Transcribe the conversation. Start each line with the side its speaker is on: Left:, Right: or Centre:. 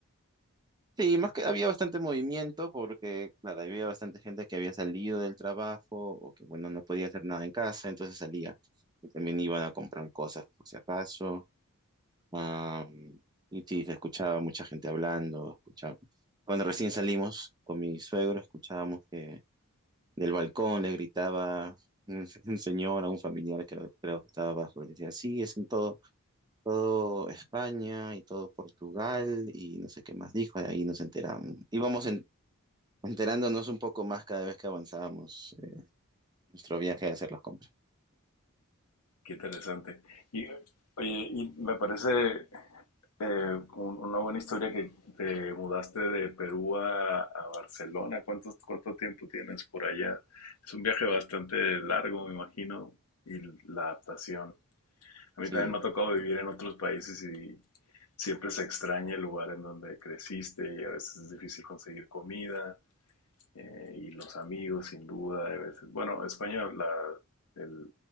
Right: Sí, más que había bastante movimiento porque, claro, había bastante gente que había salido del trabajo o que, bueno, no podía hacer nada en casa, entonces salía. Y también iban a comprar cosas por si acaso. Am, y sí, se escuchaba mucha gente hablando, escuchaba. Cuando recién salimos con mi suegro, escuchábamos que del balcón le gritaba un, <laughs> un señor a un familiar que creo que estaba abajo y decía, sí, es en todo, todo España y todo Portugal y no sé qué más dijo, ahí nos enteramos. Íbamos en, enterándonos un poco más cada vez que avanzábamos eh, nuestro viaje de hacer las compras.
Left: qué interesante. Y, oye, y me parece eh, un- una buena historia que te mudaste de Perú a, a Barcelona. ¿Cuánto, cuánto tiempo tienes por allá? Es un viaje bastante largo, me imagino, y la adaptación. A
Right: Sí,
Left: mí también me ha tocado vivir en otros países y siempre se extraña el lugar en donde creciste y a veces es difícil conseguir comida eh, y los amigos, sin duda. A veces, bueno, España, la, el-